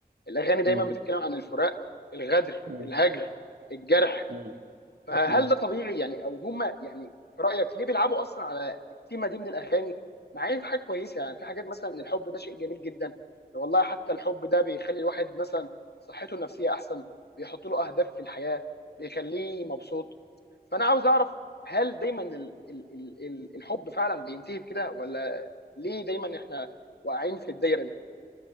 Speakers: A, on the left; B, on the right.
A: الاغاني دايما
B: مم،
A: بتتكلم عن الفراق الغدر
B: مم،
A: الهجر الجرح
B: مم،
A: فهل
B: مم.
A: ده طبيعي يعني او هما يعني في رايك ليه بيلعبوا اصلا على التيمه دي من الاغاني مع ان في حاجات كويسه يعني في حاجات مثلا ان الحب ده شيء جميل جدا والله حتى الحب ده بيخلي الواحد مثلا صحته النفسيه احسن بيحط له اهداف في الحياه بيخليه مبسوط فانا عاوز اعرف هل دايما ال ال ال ال الحب فعلا بينتهي بكده ولا ليه دايما احنا واقعين في الدايره دي